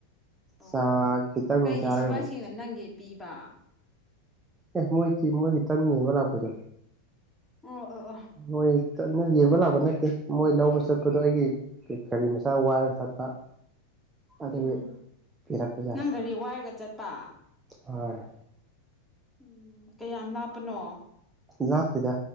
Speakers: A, in the centre; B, on the right.
A: ꯑꯣ
B: ꯆꯥꯛ ꯈꯤꯇꯪ
A: ꯀꯩꯒꯤ
B: ꯆꯥꯔꯒ
A: ꯁꯤꯐꯥꯏꯁꯤꯡꯅ
B: ꯑꯃꯨꯛ
A: ꯅꯪꯒꯤ ꯄꯤꯕ
B: ꯑꯦ ꯃꯣꯏꯒꯤ-ꯃꯣꯏꯒꯤ ꯇꯟ ꯌ‌ꯦꯟꯕ ꯂꯥꯛꯄꯗꯣ
A: ꯑꯣ ꯑꯣ ꯑꯣ
B: ꯃꯣꯏ <inaudible> ꯌꯦꯡꯕ ꯂꯥꯛꯄ ꯅꯠꯇꯦ ꯃꯣꯏ ꯂꯧꯕ ꯆꯠꯄꯗꯣ ꯑꯩꯒꯤ ꯀ ꯀꯔꯤ ꯃꯆꯥ ꯋꯥꯏꯔꯒ ꯆꯠꯄ ꯑꯗꯨꯒꯤ
A: ꯎꯝ
B: ꯄꯤꯔꯛꯄꯖꯥꯠꯅꯤ
A: ꯅꯪ ꯒꯥꯔꯤ ꯋꯥꯏꯔꯒ ꯆꯠꯄ
B: ꯍꯣꯏ
A: ꯎꯝ ꯀꯌꯥꯝ ꯂꯥꯞꯄꯅꯣ
B: ꯂꯥꯞꯇꯗ